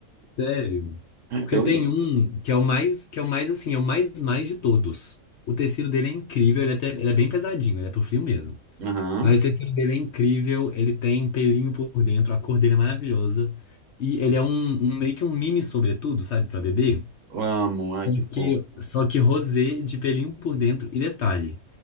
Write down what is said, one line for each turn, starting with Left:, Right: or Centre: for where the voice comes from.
Left: Sério? Porque
Right: Eu
Left: tem
Right: ia.
Left: um que é o mais, que é o mais, assim, é o mais, mais de todos. O tecido dele é incrível, ele, é até, ele é bem pesadinho, ele é pro frio mesmo.
Right: Aham.
Left: Mas o tecido dele é incrível, ele tem pelinho por dentro, a cor dele é maravilhosa. E ele é um, um meio que um mini sobretudo, sabe, pra bebê?
Right: Amo,
Left: Só
Right: ai que fofo.
Left: que, só que rosé de pelinho por dentro. E detalhe,